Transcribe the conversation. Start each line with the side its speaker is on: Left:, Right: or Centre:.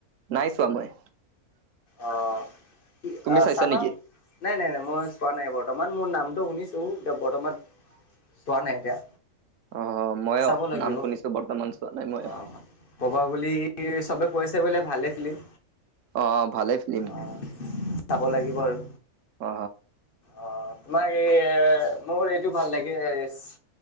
Right: নাই চোৱা মই।
Left: অঁ কি
Right: তুমি চাইছা
Left: চাবা।
Right: নেকি
Left: নাই নাই নাই মই চোৱা নাই বৰ্তমান মোৰ নামটো শুনিছোঁ এতিয়া বৰ্তমান, চোৱা নাই এতিয়া।
Right: অ মইয়ো
Left: চাব লাগিব
Right: নাম শুনিছো বৰ্তমান চোৱা নাই মই
Left: অ ক'বা গলি চবে কৈছে বোলে ভালে ফিল্ম।
Right: অ ভালে ফিল্ম
Left: অ চাব লাগিব আৰু
Right: অ
Left: অ। তোমাক এই মোৰ এইটো ভাল লাগে। এছ